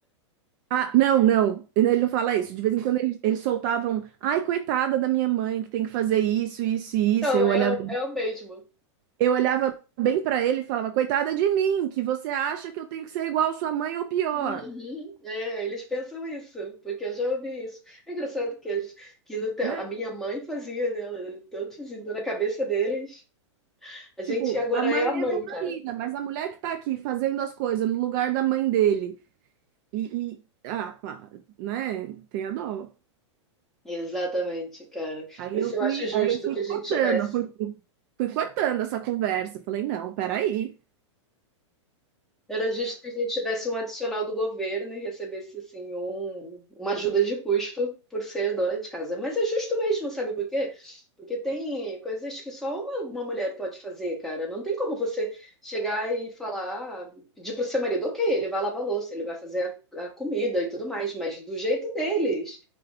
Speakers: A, on the right; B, in the centre.
A: Ah, não, não, ele não fala isso. De vez em quando eles, eles soltavam, ai, coitada da minha mãe, que tem que fazer isso, isso e
B: Então,
A: isso. Eu
B: é,
A: olhava,
B: é o mesmo.
A: eu olhava bem pra ele e falava, coitada de mim, que você acha que eu tenho que ser igual sua mãe ou pior,
B: Uhum. É, eles pensam isso, porque eu já ouvi isso. É engraçado que, as- que no te-
A: né?
B: a minha mãe fazia, né? Ela era tão assim, então na cabeça deles, a gente
A: Tipo,
B: agora
A: a mãe
B: é a mãe,
A: é Evangelina,
B: cara.
A: mas a mulher que tá aqui fazendo as coisas no lugar da mãe dele e, e- ah, pá, né? Tem a dó.
B: Exatamente, cara.
A: Aí
B: Por isso
A: eu
B: eu
A: fui,
B: acho justo
A: aí eu fui
B: que a gente
A: cortando,
B: tivesse
A: eu fui, fui cortando essa conversa. Falei, não, peraí.
B: Era justo que a gente tivesse um adicional do governo e recebesse, assim, um, uma ajuda de custo por ser dona de casa. Mas é justo mesmo, sabe por quê? Porque tem coisas que só uma, uma mulher pode fazer, cara. Não tem como você chegar e falar, ah, pedir pro seu marido, ok, ele vai lavar a louça, ele vai fazer a, a comida e tudo mais, mas do jeito deles.